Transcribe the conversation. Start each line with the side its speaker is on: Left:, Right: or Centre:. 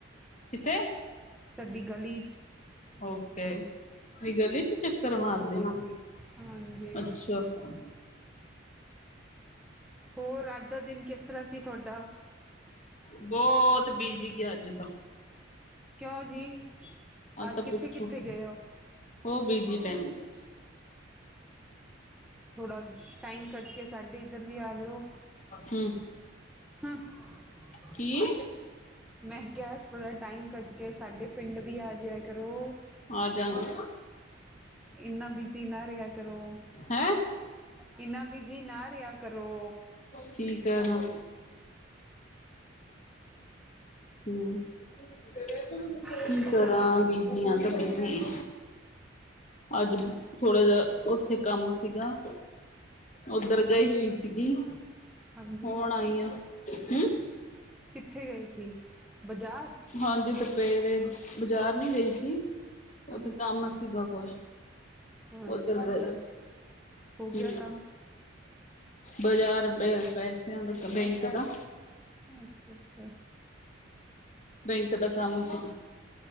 Left: ਕਿਵੇਂ?
Centre: ਤੁਹਾਡੀ ਗਲੀ 'ਚ।
Left: ਓਕੇ, ਗਲੀ ਚੇ ਚੱਕਰ ਮਾਰਦੇ ਨਾ,
Centre: ਹਾਂਜੀ
Left: ਅੱਛਾ। ਹ-
Centre: ਹੋਰ ਅੱਜ ਦਾ ਦਿਨ ਕਿਸ ਤਰ੍ਹਾਂ ਸੀ ਤੁਹਾਡਾ?
Left: ਬਹੁਤ ਬਿਜੀੀ ਗਿਆ, ਅੱਜ ਤਾਂ
Centre: ਕਿਉਂ ਜੀ, ਅੱਜ
Left: ਤਾਂ
Centre: ਕਿੱਥੇ
Left: ਪੁੱਛੋ
Centre: ਕਿੱਥੇ ਗਏ ਉਹ?
Left: ਉਹ ਬੀਜੀ ਟਾਈਮ ਹੋ ਗਿਆ।
Centre: ਥੋੜਾ ਟਾਈਮ ਕੱਢ ਕੇ, ਸਾਡੇ ਇੱਧਰ ਵੀ ਆ ਜਾਓ।
Left: ਹਮ।
Centre: ਹਮ।
Left: ਕੀ?
Centre: ਮੈਂ ਕਿਹਾ, ਥੋੜ੍ਹਾ ਟਾਈਮ ਕੱਢ ਕੇ ਸਾਡੇ ਪਿੰਡ ਵੀ ਆ ਜਹਾ ਕਰੋ।
Left: ਆ ਜਾਗੇ।
Centre: ਇੰਨਾ ਬਿਜੀ, ਨਾ ਰਿਹਾ ਕਰੋ।
Left: ਹੈਂ
Centre: ਇਨਾ ਬੀਜ਼ੀ, ਨਾ ਰਿਆ ਕਰੋ।
Left: ਕੀ ਕਰ ਆ? ਹਮ,
Centre: ਹੋਰ
Left: ਕੀ ਕਰਾਂ ਬ ਬਿਜ਼ੀ ਆਂ, ਤਾਂ ਬਿਜ਼ੀ। ਅੱਜ ਥੋੜ੍ਹਾ ਜਿ, ਉੱਥੇ ਕੰਮ ਸੀਗਾ। ਉਧਰ
Centre: ਕਿੱਥੇ
Left: ਗਈ ਹੋਈ ਸੀਗੀ,
Centre: ਹਾਂਜੀ
Left: ਹੁਣ ਆਈ ਆ। ਹੂੰ
Centre: ਕਿੱਥੇ ਗਈ ਸੀ, ਬਾਜ਼ਾਰ?
Left: ਹਾਂਜੀ ਦੁਪੇਰੇ, ਬਾਜ਼ਾਰ ਨਹੀਂ ਗਈ ਸੀ, ਉਥੇ
Centre: ਹਾਂ ਹਾਂ,
Left: ਕੰਮ ਸੀਗਾ ਕੋਈ। ਉਧਰ
Centre: ਅੱਛਾ ਅੱਛਾ
Left: ਗਏ ਸੀ।
Centre: ਹੋ ਗਿਆ ਕੰਮ
Left: ਬਾਜ਼ਾਰੁਪ ਪੈਸਿਆਂ ਦਾ ਬੈਂਕ ਦਾ
Centre: ਅੱਛਾ, ਅੱਛਾ।
Left: ਬੈਂਕ ਦਾ ਕੰਮ ਸੀ।